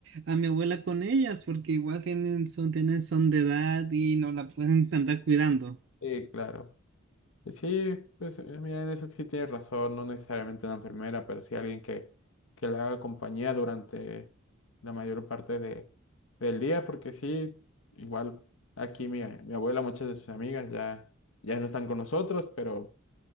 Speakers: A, on the right; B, on the left.
A: a mi abuela con ellas, porque igual tienen son, tienen son de edad y no la pueden andar cuidando.
B: Sí, claro. Sí, pues eh, mira, en eso sí tienes razón, no necesariamente una enfermera, pero sí alguien que, que le haga compañía durante la mayor parte de, del día, porque sí, igual aquí mi, mi abuela, muchas de sus amigas ya, ya no están con nosotros, pero...